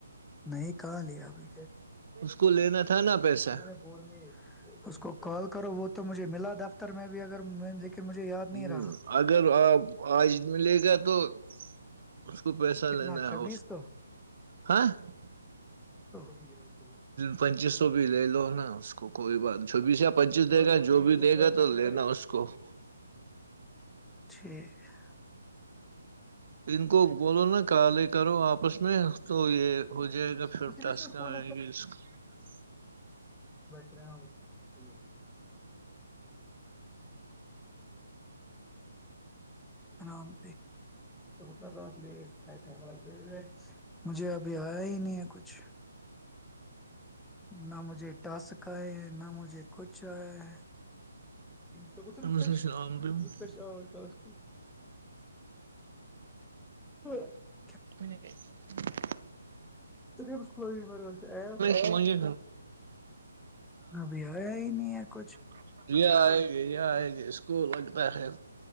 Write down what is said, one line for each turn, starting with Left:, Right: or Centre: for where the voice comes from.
Centre: نہیں کہاں لیا ابھی
Right: اس کو لینا تھا نا پیسہ
Centre: <unintelligible> <unintelligible> کال کرو وہ تو مجھے ملا دفتر میں بھی اگر <unintelligible>
Right: ہ
Centre: نہیں رہا
Right: اگر آپ آج ملے گا تو <unintelligible> اس کو پیسہ
Centre: کتنا
Right: لینا
Centre: چھبیس
Right: ہے اس
Centre: سو
Right: ہ <unintelligible>
Centre: جی <unintelligible> <unintelligible>
Right: پنچیس سو بھی لے لو نا <unintelligible> اس کوئی بات نہیں <unintelligible> چوبیس یا
Centre: ٹھیک
Right: پچیس دے گا جو بھی دے گا تو لینا اس کو <unintelligible>
Centre: ٹھیک ہے <unintelligible>
Right: ان کو بولو ن کہالے کرو آپس میں <unintelligible> نہیں تو یہ ہو جائے گا
Centre: آرام
Right: پھرٹس گی اس <unintelligible>
Centre: <unintelligible> ھے نام د <unintelligible> تو تھائے تھ ب ب <unintelligible> مجھے ابھی آیا ہی نہیں ہے کچھ نہ مجھے ٹاسک آئے ہیں نہ مجھے کچھ آیا ہے کوت
Right: کرانے
Centre: ریفریش ریفریش آالس ہوں <unintelligible>
Right: ہو کے <unintelligible>
Centre: تو کو مرے سے آیا
Right: کھلیں گے
Centre: ابھی آیا ہی نہیں ہےچھ
Right: ہے گ ہے گ <unintelligible> اسکول لگتاہ ہے